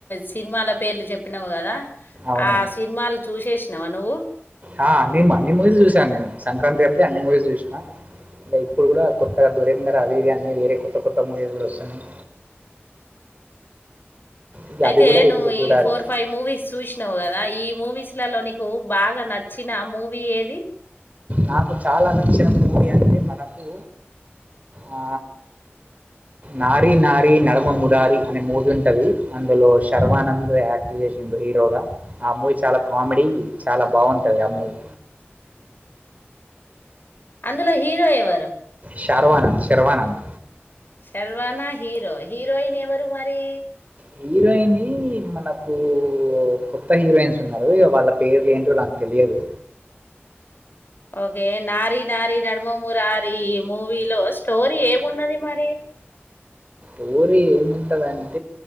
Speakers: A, on the left; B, on the right.
A: సినిమాల పేర్లు చెప్పినావు కదా దా
B: అవును
A: ఆ సినిమాలు చూసేసి నవ నువు
B: ఆ అది మళ్ళీ మూవీస్ చూసాను నేను సంక్రాంతి అన్ని మూవీస్ చూసిన అంటే ఇప్పుడు గుడా కొత్తగా దూరేందర్ అవి ఇవి అన్నీ వేరే కొత్త కొత్త మూవీస్ కూడా వస్తున్నాయి ఇక
A: అయితే
B: అవి కూడా
A: నువ్వు
B: ఇప్పుడు చూడాలి
A: ఈ ఫోర్ ఫైవ్ మూవీస్ చూసినావు కదా ఈ మూవీస్ లలో నిక్ కు బాగా నచ్చిన మూవీ ఏది
B: నాకు చాలా నచ్చిన మూవీ అంటే మనకు ఆ నారి నారి నడమ మురారి అనే మూవీ ఉంటది అందులో శర్వానంద్ యాక్ట్ చేసిండు హీరోగా ఆ మూవీ చాలా కామెడీ చాలా బాగుంటది ఆ మూవీ
A: అందులో హీరో ఎవరు
B: శార్వానంద్ శర్వానంద్
A: శషర్వానా హీరో హీరోయిన్ ఎవరు మరి
B: హీరోయినీ మనకు కొత్త హీరోయిన్స్ ఉన్నారు వాళ్ళ పేర్లు ఏంటో నాకు తెలియదు
A: ఓకే నారీ నారి నడుమ మురారి మూవీలో స్టోరీ ఏమున్నది మరి
B: స్టోరీ ఏముంటదంటే